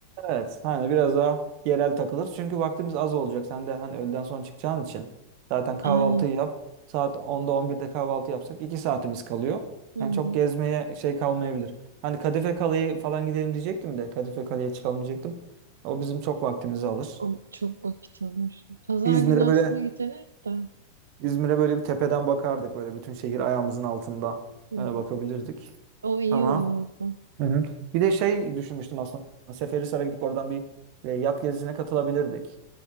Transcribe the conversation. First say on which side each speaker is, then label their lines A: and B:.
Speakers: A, on the right; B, on the right.
A: evet hani biraz daha yerel takılırız. Çünkü vaktimiz az olacak. Sen de hani öğleden sonra çıkacağın için zaten kahvaltıyı
B: <laughs> Aynen.
A: yap. Saat 10'da 11'de kahvaltı yapsak 2 saatimiz kalıyor.
B: Hı hı.
A: Yani çok gezmeye şey kalmayabilir. Hani Kadife Kale'ye falan gidelim diyecektim de Kadife Kale'ye çıkalım diyecektim. O bizim çok vaktimizi alır.
B: O çok vakit alır. Pazar
A: İzmir'e
B: günü aslında
A: böyle
B: gidilir de.
A: İzmir'e böyle bir tepeden bakardık. Böyle bütün şehir ayağımızın altında
B: Hı.
A: e, bakabilirdik.
B: O iyi
A: Ama
B: olurdu.
A: Hı hı. bir de şey düşünmüştüm aslında. Seferihisar'a gidip oradan bir e, yat gezisine katılabilirdik.